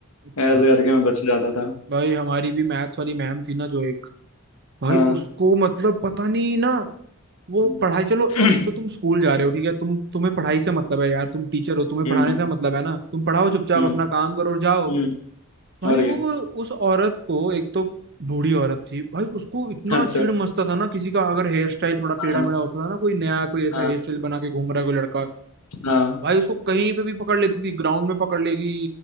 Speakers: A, on the right; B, on the left.
A: अच्छा
B: ऐसे करके मैं बच जाता था
A: भाई हमारी भी मैथ्स वाली मैम थी ना जो एक भाई
B: हाँ
A: उसको मतलब पता नहीं ना वो
B: <clears throat>
A: पढ़ाई चलो
B: हम्म
A: एक तो तुम स्कूल जा रहे हो ठीक है तुम तुम्हें पढ़ाई से मतलब है यार तुम टीचर हो तुम्हें
B: हम्म
A: पढ़ाने से मतलब है ना तुम पढ़ाओ चुपचाप
B: हम्म
A: अपना काम करो और जाओ
B: हम्म,
A: भाई
B: और
A: वो
B: क्या
A: उस औरत को एक तो बूढ़ी औरत थी भाई उसको इतना
B: अच्छा
A: चिढ़ मचता था ना किसी का अगर हेयर स्टाइल थोड़ा टेढ़ा
B: हाँ
A: मेढ़ा होता था ना कोई नया कोई ऐसा
B: हाँ
A: हेयर स्टाइल बना के घूम रहा है कोई लड़का
B: हाँ
A: भाई उसको कहीं पे भी पकड़ लेती थी ग्राउंड में पकड़ लेगी